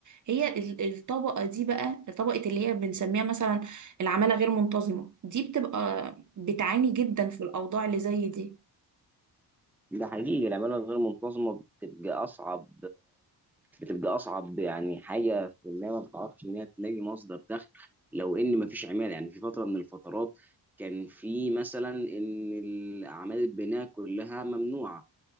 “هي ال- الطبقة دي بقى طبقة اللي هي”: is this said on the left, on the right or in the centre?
Right